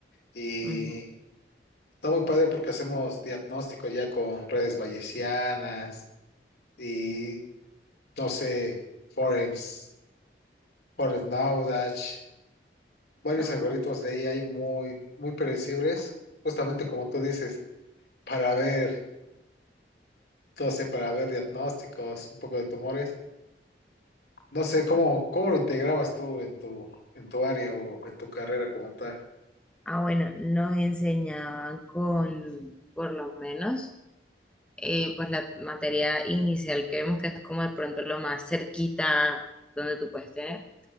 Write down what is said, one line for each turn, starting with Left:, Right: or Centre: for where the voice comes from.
Left: Y
Centre: Ujú,
Left: está muy padre porque hacemos diagnóstico ya con redes bayesianas y, no sé, Forens, Forens Knowledge. varios
Centre: Ajá.
Left: algoritmos de AI muy, muy predecibles, justamente como tú dices, para ver, no sé, para ver diagnósticos, un poco de tumores. No sé, ¿cómo, cómo lo integrabas tú en tu, en tu área o en tu carrera como tal?
Centre: Ah, bueno, nos enseñaban con, por lo menos, eh, pues la materia inicial que vemos que es como de pronto lo más cerquita donde tú puedes tener.